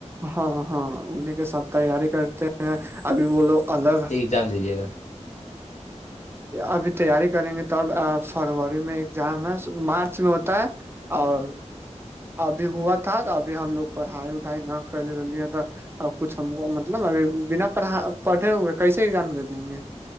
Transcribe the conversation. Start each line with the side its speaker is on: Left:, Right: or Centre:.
Right: ہاں ہاں انہیں کے ساتھ تیاری کرتے ہیں ابھی وہ لوگ الگ
Left: جام دیجیے گا
Right: ابھی تیاری کریں گے توب فروری میں ایگزام ہے مارچ میں ہوتا ہے اور ابھی ہوا تھا ابھی ہم لوگ پڑھائی وڑھائی نہ کرلی ہیں ت اور کچھ ہم کو مطلب ا بنا پڑھا پڑھے ہوئے کیسے ایگزام دے دیں گے